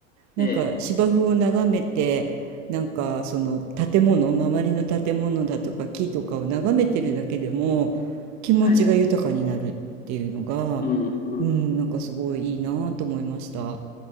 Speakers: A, on the right; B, on the left.
A: なんか芝生を眺めてなんかその建物周りの建物だとか木とかを眺めてるだけでも気持ちが豊かになるっていうのが、
B: ええ、はい。うんうん。
A: うん、なんかすごいいいなと思いました。